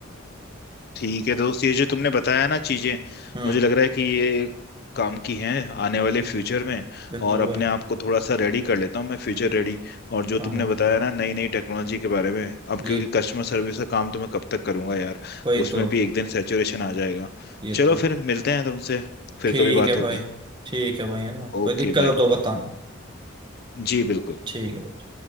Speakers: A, on the left (about 50°); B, on the right (about 20°).
A: ठीक है दोस्त ये जो तुमने बताया ना चीजें
B: हम्म
A: मुझे लग रहा है कि ये काम की हैं आने वाले फ्यूचर में
B: बिल्कुल
A: और अपने
B: भाई
A: आप को थोड़ा सा रेडी कर लेता हूँ मैं फ्यूचर रेडी और जो
B: हाँ
A: तुमने
B: भाई
A: बताया ना नई नई टेक्नोलॉजी के बारे में अब
B: जी
A: क्योंकि कस्टमर सर्विस का काम तो मैं कब तक करूंगा यार
B: वही
A: उसमें
B: तो
A: भी एक दिन सैचुरेशन आ जाएगा
B: ये
A: चलो
B: तो
A: फिर मिलते हैं तुमसे फिर
B: ठीक
A: कभी बात
B: है
A: होगी
B: भाई ठीक है भाई है ना
A: Okay
B: कोई दिक्कत
A: bye
B: हो तो बताना
A: जी बिल्कुल
B: ठीक है भाई